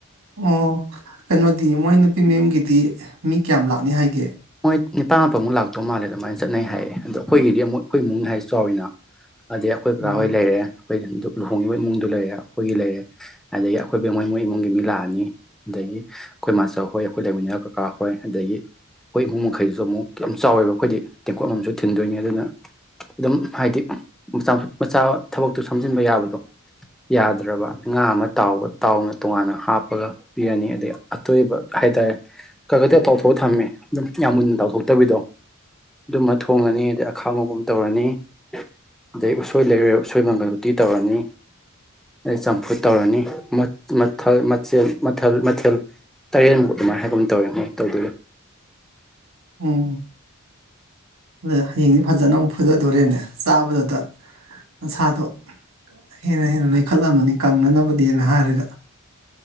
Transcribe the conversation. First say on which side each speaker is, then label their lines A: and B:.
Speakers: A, on the right (about 70°); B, in the centre.
A: ꯑꯣ ꯀꯩꯅꯣꯗꯤ ꯃꯣꯏ ꯅꯨꯄꯤ ꯃꯌꯨꯝꯒꯤꯗꯤ ꯃꯤ ꯀꯌꯥꯝ ꯂꯥꯛꯅꯤ ꯍꯥꯏꯒꯦ
B: ꯃꯣꯏ ꯅꯤꯄꯥꯥꯟ ꯃꯥꯄꯟꯃꯨꯛ ꯂꯥꯛꯇꯧ ꯃꯜꯂꯦ ꯑꯗꯨꯃꯥꯏꯅ ꯆꯠꯅꯩ ꯍꯥꯏꯌꯦ ꯑꯗꯣ ꯑꯩꯈꯣꯏꯒꯤꯗꯤ ꯑꯃꯨꯛ ꯑꯩꯈꯣꯏ ꯏꯃꯨꯡ ꯍꯥꯏꯔꯦ ꯆꯥꯎꯔꯦꯅ ꯑꯗꯩ ꯑꯩꯈꯣꯏ ꯀꯀꯥ
A: ꯎꯝ
B: ꯍꯣꯏ ꯂꯩꯔꯦ ꯑꯩꯈꯣꯏ ꯂꯨꯍꯣꯡꯉꯤꯕ ꯏꯃꯨꯡꯗꯨ ꯂꯩꯔꯦ ꯑꯩꯈꯣꯏꯒꯤ ꯂꯩꯔꯦ ꯑꯗꯒꯤ ꯑꯩꯈꯣꯏꯕꯦꯃ ꯍꯣꯏ ꯃꯣꯏ ꯏꯃꯨꯡꯒꯤ ꯃꯤ ꯂꯥꯛꯑꯅꯤ ꯑꯗꯒꯤ ꯑꯈꯣꯏ ꯃꯆꯧ ꯍꯣꯏ ꯑꯈꯣꯏ ꯂꯩꯃꯤꯟꯅꯩ ꯀꯀꯥ ꯍꯣꯏ ꯑꯗꯒꯤ ꯑꯩꯈꯣꯏ ꯏꯃꯨꯡ ꯃꯈꯩꯁꯨ ꯑꯃꯨꯛ ꯌꯥꯝ ꯆꯥꯎꯔꯦ ꯑꯩꯈꯣꯏꯗꯤ ꯇꯦꯡꯀꯣꯠ ꯑꯃꯝ ꯑꯃꯝ ꯁꯨ ꯊꯤꯟꯗꯣꯏꯅꯦ ꯑꯗꯨꯅ ꯑꯗꯨꯝ ꯍꯥꯏꯗꯤ ꯃꯆꯥ ꯃꯆꯥ ꯊꯕꯛꯇꯨ ꯁꯝꯖꯤꯟꯕ ꯌꯥꯕꯗꯣ ꯌꯥꯗ꯭ꯔꯕ ꯉꯥ ꯑꯃ ꯇꯥꯎꯕ ꯇꯥꯎꯅ ꯇꯣꯉꯥꯟꯅ ꯍꯥꯞꯄꯒ ꯄꯤꯔꯅꯤ ꯑꯗꯩ ꯑꯇꯣꯏꯕ ꯍꯥꯏꯇꯥꯔꯦ ꯈ ꯈꯒ ꯇꯥꯎꯊꯣ ꯊꯝꯃꯦ ꯑꯗꯨꯝ ꯌꯥꯝ ꯃꯨꯟꯅ ꯇꯥꯎꯊꯣꯛꯇꯕꯤꯗꯣ ꯑꯗꯨꯝꯃ ꯊꯣꯡꯉꯅꯤ ꯑꯗꯩ ꯑꯈꯥꯉꯧꯕꯑꯃ ꯇꯧꯔꯅꯤ ꯑꯗꯩ ꯎꯁꯣꯏ ꯂꯩꯔꯨꯔ ꯎꯁꯣꯏ ꯃꯪꯒꯜ ꯎꯇꯤ ꯇꯧꯔꯅꯤ ꯑꯩ ꯆꯝꯐꯨꯠ ꯇꯧꯔꯅꯤ ꯃꯠ ꯃꯠꯊꯜ ꯃꯠꯊꯦꯜ ꯃꯠꯊꯜ ꯃꯠꯊꯦꯜ ꯇꯥꯏꯔꯦꯟꯃꯨꯛ ꯑꯗꯨꯃꯥꯏ ꯍꯥꯏꯒꯨꯝ ꯇꯧꯔꯅꯤ ꯇꯧꯗꯣꯏꯕ
A: ꯎꯝ ꯑꯗꯨ ꯍꯌꯦꯡꯗꯤ ꯐꯥꯖꯅ ꯑꯃꯨꯛ ꯐꯨꯗꯗꯧꯔꯦꯅꯦ ꯆꯥꯕꯗ ꯅꯁꯥꯗꯣ ꯍꯦꯟꯅ ꯍꯦꯟꯅ ꯅꯣꯏꯈꯠꯂꯝꯃꯅꯤ ꯀꯪꯅꯅꯕꯗꯦꯅ ꯍꯥꯏꯔꯒ